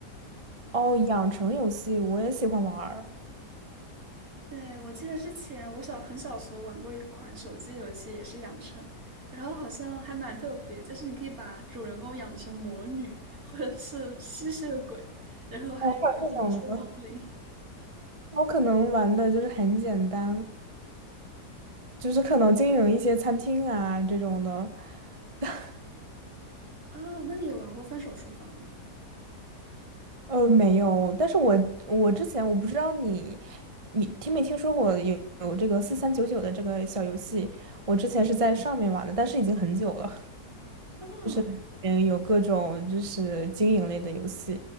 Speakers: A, on the right (about 25°); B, on the right (about 55°).
A: 哦，养成游戏我也喜欢玩儿。
B: 对，我记得之前我小很小时候玩过一款手机游戏，也是养成，然后好像还蛮特别，就是你可以把主人公养成魔女或者是吸血鬼，然后还有可能是亡灵。
A: 哦，或者这种呢，我可能玩的就是很简单，就是可能经营一些餐厅啊这种的。<laughs>
B: 啊，那你有玩过《分手厨房》吗？
A: 呃，没有，但是我我之前我不知道你，你听没听说过有有这个四三九九的这个小游戏？我之前是在上面玩的，但是已经很久了。
B: 哦
A: <laughs> 嗯，有各种就是经营类的游戏，